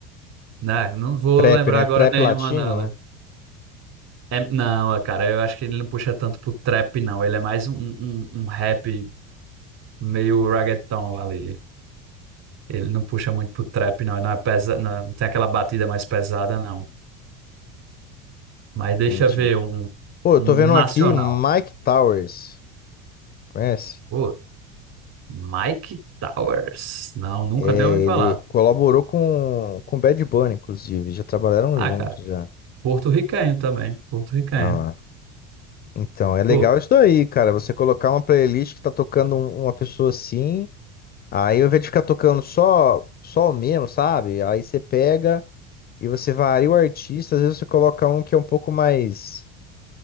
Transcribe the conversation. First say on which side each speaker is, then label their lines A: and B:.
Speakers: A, on the right; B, on the left.
A: né? Não vou
B: Trap,
A: lembrar
B: né?
A: agora
B: Trap
A: nenhuma
B: latino?
A: nela. É, não, cara, eu acho que ele não puxa tanto pro trap, não. Ele é mais um, um, um rap. meio reggaeton ali. Ele não puxa muito pro trap, não. Não é pesa... não, não tem aquela batida mais pesada, não. Mas deixa
B: Entendi.
A: eu ver um, um,
B: Pô, eu
A: um
B: tô vendo
A: nacional.
B: um aqui Mike Towers, conhece?
A: Pô, Mike Towers. Não, nunca
B: É,
A: nem ouvi falar.
B: ele colaborou com com Bad Bunny, inclusive, já trabalharam
A: Ah,
B: juntos
A: cara,
B: já.
A: porto-riquenho também. Porto-riquenho.
B: Ah, lá. então, é legal
A: Pô,
B: isso daí, cara, você colocar uma playlist que tá tocando um- uma pessoa assim, aí ao invés de ficar tocando só só o mesmo, sabe? Aí você pega e você varia o artista, às vezes você coloca um que é um pouco mais